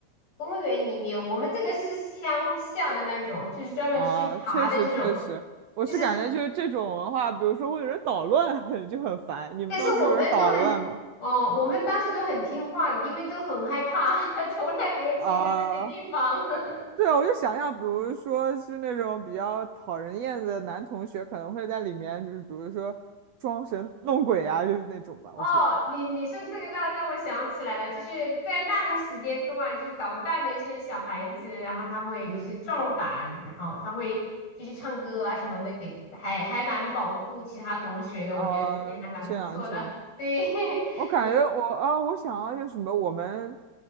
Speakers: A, on the left; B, on the right.
A: 公园里面，我们这个是乡下的那种，就是专门去爬的这种，
B: 啊，确实确实，我是感觉就是这种文化，
A: 就是
B: 比如说会有人捣乱，<laughs> 就很烦。你们当时有人捣乱吗？
A: 但是我们都很，哦，我们当时都很听话的，因为都很害怕，<laughs> 从来没有去过这些地方。
B: 啊
A: <laughs>
B: 对啊，我就想象，比如说是那种比较讨人厌的男同学，可能会在里面，就是比如说装神弄鬼啊，就是那种吧。
A: 哦，
B: 我觉得，
A: 你你说这个倒让我想起来了，就是在那个时间段，就是捣蛋的一些小孩子，然后他会就是壮胆，
B: 嗯，
A: 然后他会就是唱歌啊什么的，给还还蛮保护其他同学的，
B: 啊、
A: 我觉得这点还蛮不错的。
B: 这样这样，
A: 对，<laughs>
B: 我感觉我啊、
A: 你
B: 我想要就是什么，我们